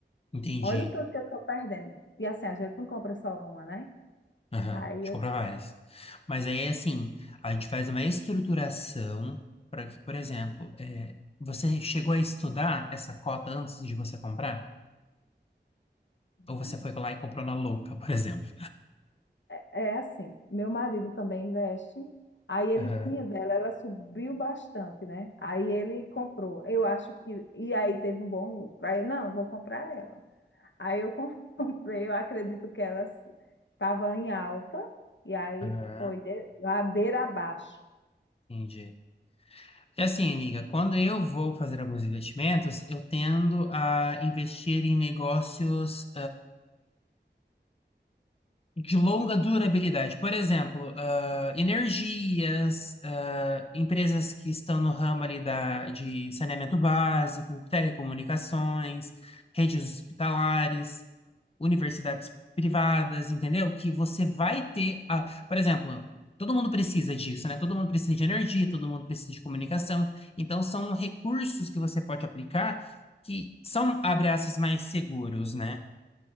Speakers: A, on the left (about 35°); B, on the left (about 85°).
A: entendi.
B: Olha o tanto que eu tô perdendo. E assim, a gente não compra só uma, né?
A: Aham,
B: Aí
A: de
B: eu,
A: comprar várias. Mas aí, assim, a gente faz uma estruturação para que, por exemplo, é, você chegou a estudar essa cota antes de você comprar?
B: não.
A: Ou você foi lá e comprou na louca, por exemplo?
B: É assim, meu marido também investe. Aí ele
A: Aham,
B: tinha dela, ela subiu bastante, né? Aí ele comprou. Eu acho que. E aí teve um bom lucro. Aí eu, não, eu vou comprar ela. Aí eu com- <laughs> comprei, eu acredito que ela estava em alta. E aí
A: aham,
B: foi de- ladeira abaixo.
A: entendi. Porque assim, amiga, quando eu vou fazer alguns investimentos, eu tendo a investir em negócios de longa durabilidade. Por exemplo, ah, energias, ah, empresas que estão no ramo ali da, de saneamento básico, telecomunicações, redes hospitalares, universidades privadas, entendeu? Que você vai ter, a, por exemplo, todo mundo precisa disso, né? Todo mundo precisa de energia, todo mundo precisa de comunicação. Então, são recursos que você pode aplicar que são, abre aspas, mais seguros, né?